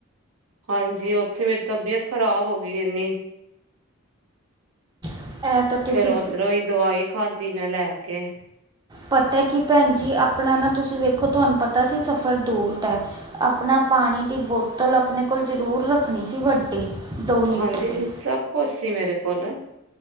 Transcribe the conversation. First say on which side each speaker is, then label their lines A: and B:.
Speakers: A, on the right; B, on the right.
A: ਹਾਂਜੀ ਉੱਥੇ ਮੇਰੀ ਤਬੀਅਤ ਖ਼ਰਾਬ ਹੋ ਗਈ ਇੰਨੀ।
B: ਇਹ ਤਾਂ ਤੁਸੀਂ
A: ਫੇਰ ਓਧਰੋਂ ਹੀ ਦਵਾਈ ਖਾਧੀ, ਮੈਂ ਲੈ ਕੇ।
B: ਪਤਾ ਕਿ ਭੈਣ ਜੀ ਆਪਣਾ ਨਾ ਤੁਸੀਂ ਵੇਖੋ ਤੁਹਾਨੂੰ ਪਤਾ ਸੀ ਸਫ਼ਰ ਦੂਰ ਦਾ। ਆਪਣਾ ਪਾਣੀ ਦੀ ਬੋਤਲ ਆਪਣੇ ਕੋਲ ਜ਼ਰੂਰ ਰੱਖਣੀ ਸੀ ਵੱਡੀ। ਦੋ ਲੀਟਰ
A: ਹਾਂਜੀ
B: ਦੀ
A: ਸਭ ਕੁੱਛ ਸੀ ਮੇਰੇ ਕੋਲ।